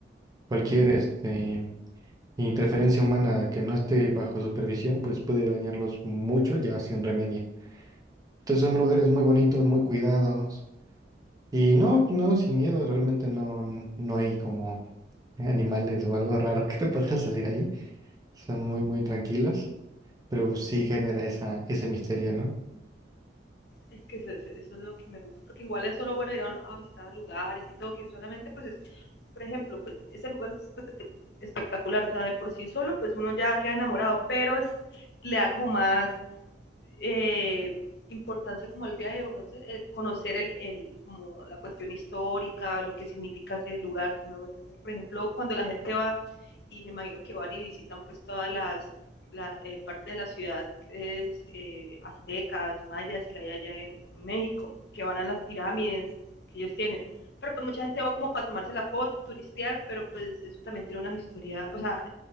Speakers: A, on the right; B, on the left.
A: cualquier este, interferencia humana que no esté bajo supervisión, pues puede dañarlos mucho ya sin remedio. Entonces son lugares muy bonitos, muy cuidados. Y no, no, sin miedo, realmente no, no hay como animales o algo raro que te pueda <laughs> salir ahí. Son muy, muy tranquilos, pero pues sí genera esa, ese misterio, ¿no?
B: es que eso, eso, es lo que me gusta, porque igual es solo bueno ir a, a visitar lugares y todo, que eso solamente pues es, por ejemplo, pues ese lugar es espectacular, o sea, de por sí solo, pues uno ya queda enamorado, pero es, le da como más eh, importancia como el viaje de el conocer el, el, como la cuestión histórica, lo que significa ese lugar, si me voy a entender. Por ejemplo, cuando la gente va, y me imagino que van y visitan pues todas las la, eh, partes de la ciudad es, eh, aztecas, mayas que hay allá en, en, México, que van a las pirámides que ellos tienen. Pero pues mucha gente va como para tomarse la foto, turistear, pero pues eso también tiene una historia, o sea,